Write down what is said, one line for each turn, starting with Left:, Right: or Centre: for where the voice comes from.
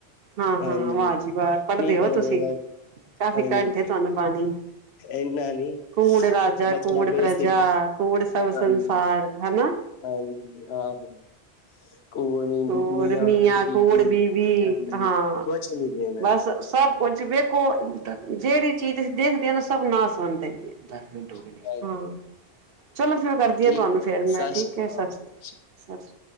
Right: ਹਾਂ-ਹਾਂ,
Left: ਹਾਂਜੀ
Right: ਵਾਹ ਜੀ ਵਾਹ, ਪੜ੍ਹਦੇ
Left: ਨੀ
Right: ਹੋ
Left: ਪੈਣਾ
Right: ਤੁਸੀਂ।
Left: ਚਾਹੀਦਾ।
Right: ਕਾਫੀ
Left: ਹਾਂਜੀ,
Right: ਕੰਠ ਤੁਹਾਨੂੰ ਬਾਣੀ,
Left: ਇੰਨਾ ਨੀ
Right: ਕੂੜ ਰਾਜਾ
Left: ਬਸ
Right: ਕੂੜ
Left: ਥੋੜਾ ਬੇਸਿਕ
Right: ਪ੍ਰਜਾ ਕੂੜ ਸਭ
Left: ਹਾਂਜੀ।
Right: ਸੰਸਾਰ, ਹਨਾ?
Left: ਹਾਂਜੀ, ਆਹੋ। ਕੂੜ ਮੀ
Right: ਕੂੜ ਮੀਆਂ,
Left: ਬੀਬੀ
Right: ਕੂੜ ਬੀਵੀ
Left: ਹਾਂਜੀ,
Right: ਹਾਂ
Left: ਕੁਛ ਨੀ ਦੇਣਾ
Right: ਬਸ ਸਭ ਕੁਛ ਵਖ <inaudible> ਜਿਹੜੀ ਚੀਜ਼ ਤੁਸੀਂ ਦੇਖਦੇ ਹ ਨਾ ਸਭ ਨਾ <inaudible> ਹੈ। ਦਸ ਮਿੰਟ ਹੋ ਗਏ
Left: ਹਾਂਜੀ।
Right: ਨੇ ਹਾਂ, ਚਲੋ ਫਿਰ ਕਰਦੀ
Left: ਠੀਕ
Right: ਆ ਤੁਹਾਨੂੰ ਫੇਰ ਮੈਂ
Left: ਸਤਿ
Right: ਠੀਕ
Left: ਸ਼੍ਰੀ
Right: ਹੈ
Left: ਅਕਾਲ
Right: ਸਤ
Left: ਜੀ
Right: ਸ੍ਰੀ
Left: ਸਤਿ ਸ਼੍ਰੀ
Right: ਅਕਾਲ। ਸਸ